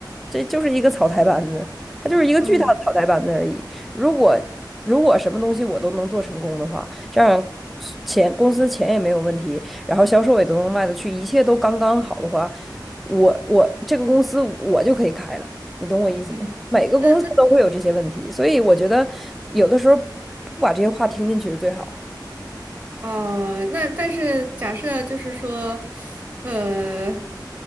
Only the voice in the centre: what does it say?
这就是一个草台班子。它就是一个巨大的脑袋班子而已。
如果如果什么东西我都能做成功的话，这样钱公司钱也没有问题，然后销售也都能卖得去，一切都刚刚好的话，我我这个公司我就可以开了，你懂我意思吗？
每个公司都会有这些问题，
所以我觉得有的时候不把这些话听进去是最好